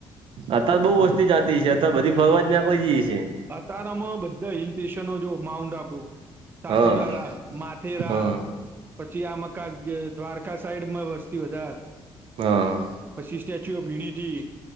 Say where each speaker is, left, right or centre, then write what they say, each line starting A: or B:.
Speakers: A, on the right (about 60°); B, on the right (about 20°).
A: અત્યારે બહુ વસ્તી જાતી છે અત્યારે બધી ફરવા જ નાકી જઈ છે
B: અતારમાં બધા હિલ સ્ટેશનો જો માઉન્ટ આબુ સાપુતારા,
A: હા
B: માથેરા
A: હા
B: પછી આમ ક દ્વારકા સાઈડ માં વસ્તી વધાર
A: હા.
B: પછી સ્ટેચ્યુ ઓફ યુનિટી